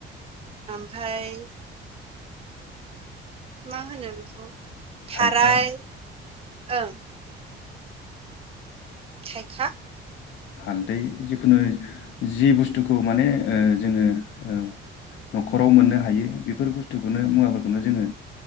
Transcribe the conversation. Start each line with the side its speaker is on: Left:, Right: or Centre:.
Right: ओमफ्राय मा होनो बेखौ थाराय
Left: थाइखा
Right: ओं थाइखा
Left: हालदै जिखुनु जि बुस्थुखौ माने ओ जोङो ओ न'खराव मोननो हायो बेफोर बुस्थुखौनो मुवाफोरखौनो जोङो